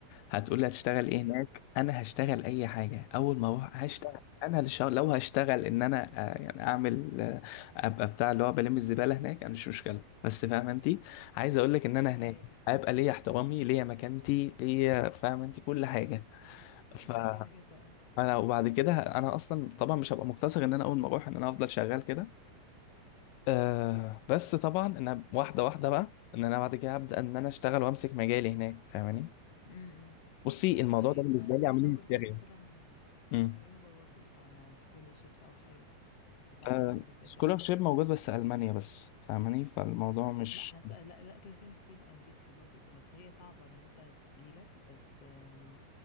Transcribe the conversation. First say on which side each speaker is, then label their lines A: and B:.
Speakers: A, on the left (about 80°); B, on the left (about 45°).
A: هتقول لي هتشتغل ايه
B: ايه
A: هناك انا هشتغل اي حاجه اول ما اروح هشتغل انا اللي شغال- لو هشتغل ان انا آه، يعني اعمل آه، ابقى بتاع اللي هو بلم الزباله هناك انا مش مشكله بس فاهم انت عايز اقول لك ان انا
B: ايه
A: هناك هيبقى ليا احترامي ليا مكانتي ليا فاهم انت كل حاجه ف
B: ده كده كده اه
A: فانا وبعد كده انا اصلا طبعا مش هبقى مقتصر ان انا اول ما اروح ان انا افضل شغال كده أه بس طبعا انا واحده واحده بقى ان انا بعد كده هبدا ان انا اشتغل وامسك مجالي هناك فاهماني
B: امم
A: بصي الموضوع
B: طيب
A: ده بالنسبه
B: ما
A: لي
B: ليه
A: عامل
B: ما دورتش
A: لي هستيريا
B: مثلا
A: امم
B: ليه ما دورتش على scholarships او حاجه تساعدك
A: آه
B: ان انت تسافر
A: سكولارشيب
B: اصلا
A: موجود بس ألمانيا بس فاهماني فالموضوع مش
B: لا حاسه لا لا كده كده في في امريكا برضو بس هي صعبه ان انت تجيلك بس آم،